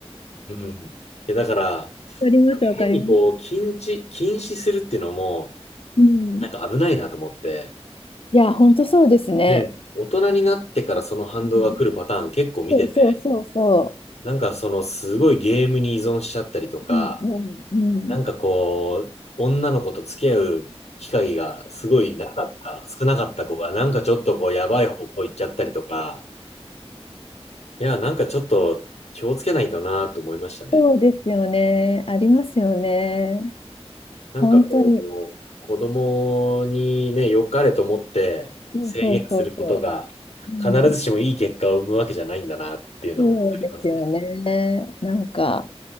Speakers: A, on the left; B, on the left.
A: うん。いやだから、
B: わかります、わかります。
A: 変にこう、禁止、禁止するっていうのも、
B: うん。
A: なんか危ないなと思って、
B: いや、本当そうですね。
A: ね、大人になってからその反動が来るパターン結構見てて、
B: うん。そうそうそうそ
A: なんかそのすごいゲームに依存しちゃったりとか、
B: う。うん。うん、うん、
A: なんかこう、女の子と付き合う機会がすごいなかった、少なかった子が、なんかちょっとこう、やばい方向行っちゃったりとか、いや、なんかちょっと気をつけないとなと思いましたね。
B: そうですよね。ありますよね。
A: なんかこう、
B: 本当に。
A: 子供にね、良かれと思って制限することが、
B: うんそうそうそう。うん、
A: 必ずしもいい結果を生むわけじゃないんだなっていうのを分かりますね。
B: そうですよね。なんか、